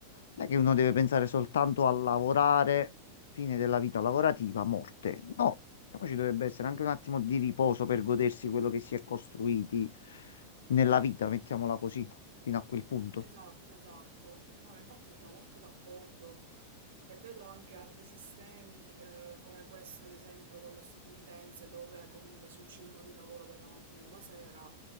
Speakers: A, on the left; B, on the right.
A: Non è che uno deve pensare soltanto a lavorare, fine della vita lavorativa, morte. No, E poi ci dovrebbe essere anche un attimo di riposo per godersi quello che si è costruiti nella vita, mettiamola così, fino a quel punto.
B: Esatto, esatto. No, ma infatti sono molto d'accordo. E vedo anche altri sistemi, eh, come può essere ad esempio quello statunitense, dove comunque si uccidono di lavoro dalla mattina alla sera